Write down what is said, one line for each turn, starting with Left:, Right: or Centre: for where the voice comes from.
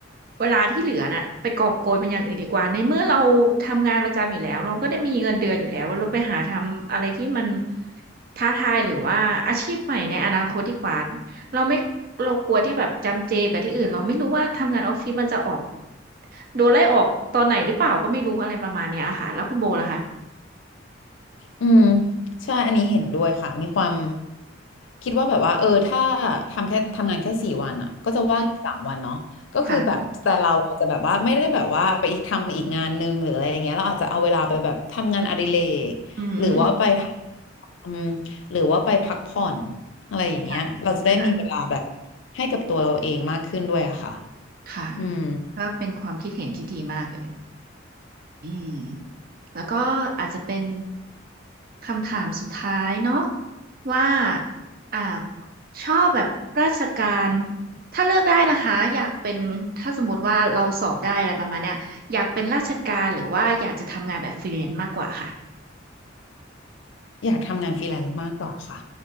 Right: เวลาที่เหลือน่ะไปกอบโกยเป็นอย่างอื่นดีกว่าในเมื่อเราทำงานประจำอยู่แล้วเราก็ได้มีเงินเดือนอยู่แล้วเราไปหาทำอะไรที่มันท้าทายหรือว่าอาชีพใหม่ในอนาคตดีกว่าเราไม่เรากลัวที่แบบจำเจกับที่อื่นเราไม่รู้ว่าทำงานออฟฟิศมันจะออกโดนไล่ออกตอนไหนหรือเปล่าก็ไม่รู้อะไรประมาณเนี้ยค่ะแล้วคุณโบล่ะคะ
Left: อืมใช่อันนี้เห็นด้วยค่ะมีความคิดว่าแบบว่าเออถ้าทำแค่ทำงานแค่สี่วันอ่ะก็จะว่างอีกสามวันเนาะก็คือแบบแต่เราอาจจะแบบว่าไม่ได้แบบว่าไปอีกทำอีกงานนึงหรืออะไรอย่างเงี้ยเราอาจจะเอาเวลาไปแบบทำงานอดิเรกหรือว่าไปทำหรือว่าไปพักผ่อน
Right: อืมค่ะอืม
Left: อะไรอย่างเงี้ยเราจะได้มีเวลาแบบ
Right: ค่ะค่ะ
Left: ให้กับตัวเราเองมากขึ้นด้วยอะค่ะ
Right: ค่ะ
Left: อืม
Right: ก็เป็นความคิดเห็นที่ดีมากเลย อืมแล้วก็อาจจะเป็นคำถามสุดท้ายเนาะว่าอ่าชอบแบบราชการถ้าเลือกได้นะคะอยากเป็นถ้าสมมติว่าเราสอบได้อะไรประมาณเนี้ยอยากเป็นราชการหรือว่าอยากจะทำงานแบบฟรีแลนซ์มากกว่าค่ะ
Left: อยากทำงานฟรีแลนซ์มากกว่าค่ะ